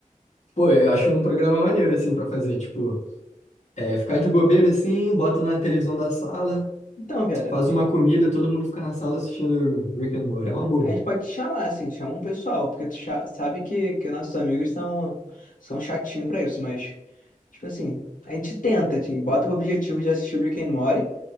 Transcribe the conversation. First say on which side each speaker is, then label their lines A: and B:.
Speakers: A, on the left; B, on the left.
A: Pô, eu acho um programa maneiro, assim, pra fazer, tipo. É, ficar de bobeira assim, bota na televisão da sala,
B: Então, viado,
A: faz uma comida, todo mundo fica na sala assistindo Rick and Morty. É uma boa.
B: A gente pode te chamar, assim, te chama um pessoal, porque tu cha- sabe que, que nossos amigos são, são chatinhos pra isso, mas, tipo assim, a gente tenta, assim, bota o objetivo de assistir Rick and Morty.